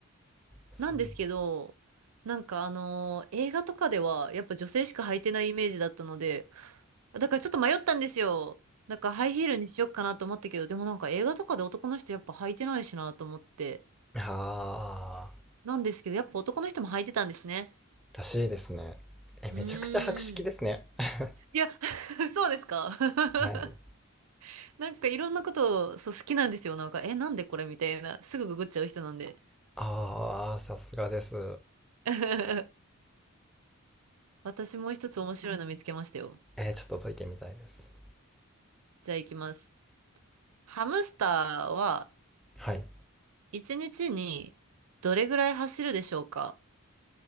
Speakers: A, in the centre; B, on the right.
A: そう。
B: なんですけど、なんかあのー映画とかでは、やっぱ女性しか履いてないイメージだったので、だからちょっと迷ったんですよ。なんかハイヒールにしよっかなと思ったけど、でもなんか映画とかで男の人やっぱ履いてないしなと思って。
A: ああ、
B: なんですけど、やっぱ男の人も履いてたんですね。
A: らしいですね。え、
B: うーん。
A: めちゃくちゃ博識ですね。<laughs>
B: いや、<laughs> そうですか。<laughs>
A: はい。
B: なんかいろんなことを、そう、好きなんですよ。なんか、え、なんでこれみたいな。すぐググっちゃう人なんで。
A: ああ、さすがです。
B: <laughs> 私もう一つ面白いの見つけましたよ。
A: えー、ちょっと解いてみたいです。
B: じゃあ行きます。ハムスターは
A: はい。
B: 1日にどれぐらい走るでしょうか